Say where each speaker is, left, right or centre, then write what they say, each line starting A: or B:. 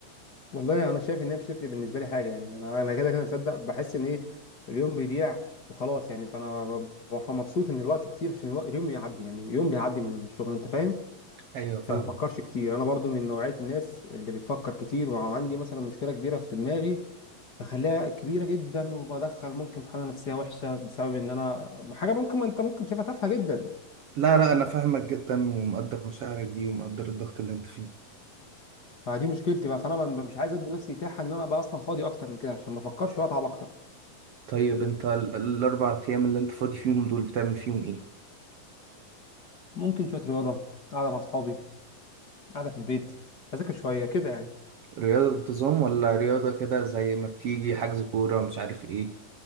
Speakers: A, on the left (about 35°); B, on the right (about 65°).
A: والله انا شايف انها مش تفرق بالنسبه لي حاجه يعني انا انا كده كده مصدق بحس ان ايه اليوم بيضيع وخلاص يعني فانا ب- ب- مبسوط ان الوقت كتير عشان الوقت اليوم يعدي يعني يوم بيعدي من الشغل انت فاهم
B: ايوه فاهم
A: فما بفكرش كتير انا برضو من نوعيه الناس اللي بتفكر كتير وعندي مثلا مشكله كبيره في دماغي بخليها كبيره جدا وبدخل ممكن في حاله نفسيه وحشه بسبب ان انا حاجه ممكن ما انت ممكن شايفها تافهه جدا
B: لا
A: هدخل
B: لا انا
A: في-
B: فاهمك جدا ومقدر مشاعرك دي ومقدر الضغط اللي انت فيه
A: فدي مشكلتي بقى فانا ما- مش عايز ادي نفسي اتاحه ان انا بقى اصلا فاضي اكتر من كده عشان ما افكرش واتعب اكتر
B: طيب انت ال- الاربع ايام اللي انت فاضي فيهم دول بتعمل فيهم ايه
A: ممكن شوية رياضة قاعدة مع أصحابي قاعدة في البيت أذاكر شوية كده يعني
B: رياضة بانتظام ولا رياضة كده زي ما بتيجي حجز كورة مش عارف ايه